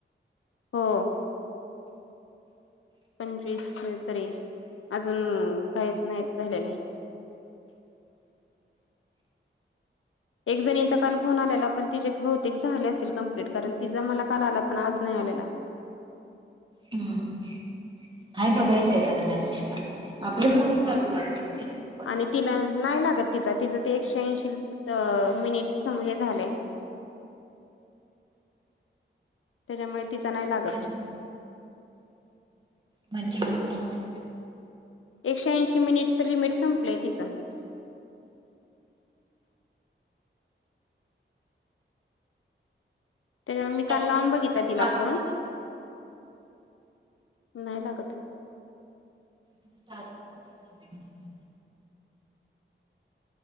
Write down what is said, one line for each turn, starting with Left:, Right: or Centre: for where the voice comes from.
Left: हो. पंचवीस तरी, अजून काहीच नाहीत झालेलं. एक जणीचा काल फोन आलेला, पण तिचेे बहुतेक झाले असतील कं्प्लीट कारण तिचां मला काल आला पण आज नाही आलेला.
Right: हम. <unintelligible> नाही बघायचं एखादा मेसेज टाकून, आपले फॉल चालू करायचे का त्याच्यासोबत.
Left: आणि तिला नाही लागत तिचा, तिचं ते एकशे ऐंशी मिनिट हे झालंय. त्याच्यामुळे तिचां नाही लागत.
Right: मग म्हणजे मा समज
Left: एकशे ऐंशी मिनिटचं लिमिट संपलंय तिचां त्याच्यामुळे, मी काल
Right: जास्त
Left: लावून
Right: संपलं
Left: बघितला
Right: मग
Left: तिला
Right: आपले
Left: फोन
Right: पण
Left: नाही लागत.
Right: त टास्क कंप्लीट झा <unintelligible>